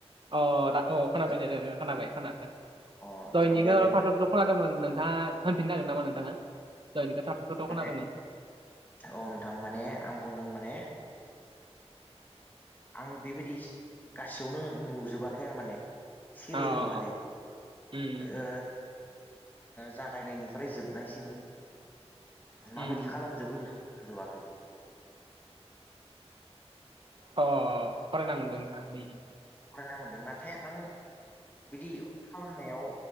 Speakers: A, on the right; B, on the left.
A: अ दे औ खोनाबाय दे दे खोनाबाय खोनादों
B: अ नोंथां बेबायदि
A: <unintelligible> खोनादोंमोन नोंथाङा होनफिननो हागोन नामा नोंथाङा? जायनि दा थाबाव थाबथाव खोनादोंमोन।
B: माने औ नोंथां माने आं बुंदों माने आं बेबायदि गासैयावनो नुजोबाखै आरो माने। सिरियेलि
A: अ
B: माने
A: उम
B: ओ
A: उम
B: जागायनायनिफ्राय जोबनायसिम
A: उम
B: माबायदि खालामजोबो
A: उम
B: बेखौ? जयाखै
A: अ फरायना मोनदों नों
B: फरायना मोनदों नाथाय आं बिदि खालामनायाव